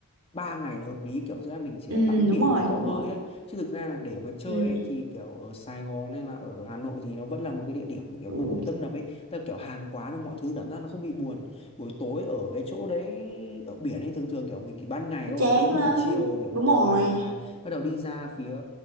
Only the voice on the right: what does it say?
ừ
đúng
rồi
đúng
rồi
ừ.
Ừ.
chán
lắm
đúng rồi